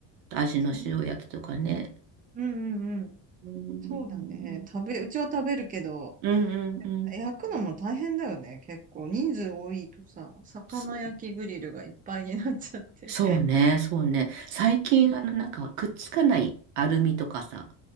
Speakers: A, on the right; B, on the right.
A: 味の塩焼きとかね。
B: うんうんうん
A: うん。
B: そうだね。食べ、うちは食べるけど、
A: うんうんうん。
B: 焼くのも大変だよね。結構人数多いとさ、魚焼きグリルがいっぱいになっちゃって。
A: そそうね、そうね。最近、
B: うん
A: あの、なんか、くっつかないアルミとかさ、